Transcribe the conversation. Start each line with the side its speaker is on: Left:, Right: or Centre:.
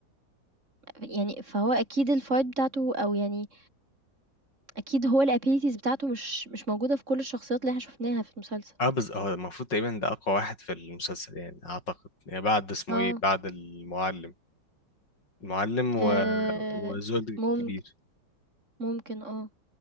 Right: يعني فهو اكيد الفايت بتاعته او يعني اكيد هو الابيليتيز بتاعته مش مش موجوده في كل الشخصيات اللي احنا شفناها في المسلسل
Left: اه بس اه المفروض تقريبا ده أقوى واحد في المسلسل يعني أعتقد يعني بعد اسمه
Right: اه
Left: إيه بعد المعلم المعلم و...
Right: آه،
Left: وزولدك
Right: ممكن
Left: الكبير
Right: ممكن اه